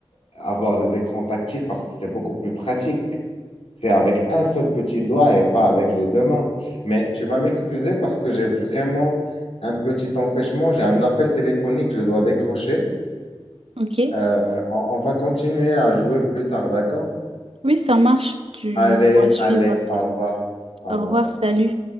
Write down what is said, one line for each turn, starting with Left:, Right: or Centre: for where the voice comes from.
Left: avoir des écrans tactiles parce que c'est beaucoup plus pratique. C'est avec un seul petit doigt et pas avec les deux mains. Mais tu vas m'excuser parce que j'ai vraiment un petit empêchement. J'ai un appel téléphonique, je dois décrocher.
Right: Ok,
Left: Euh, on, on va continuer à jouer plus tard, d'accord?
Right: oui, ça marche. Tu,
Left: Allez,
Right: on pourra suivre
Left: allez,
Right: après.
Left: au revoir. Au
Right: Au
Left: revoir.
Right: revoir, salut.